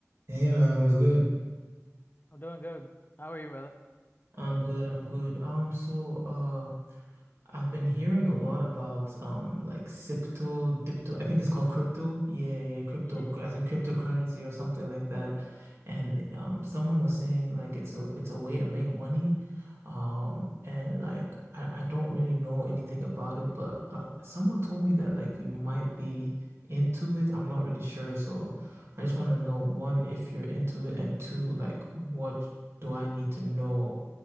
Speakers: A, on the right; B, on the left.
A: Hey man, what's good?
B: I'm doing good. How are you, brother?
A: I'm good, I'm good. Um, so uh, I've been hearing a lot about um like Sipto, Dipto, I think it's called crypto. Yeah, yeah, crypto
B: Yeah,
A: as in cryptocurrency or something like that. And um someone was saying like it's a it's a way to make money. Um and like I, I don't really know anything about it, but uh someone told me that like you might be into it. I'm not really sure. So I just wanted
B: <laughs>
A: to know one, if you're into it and two, like what do I need to know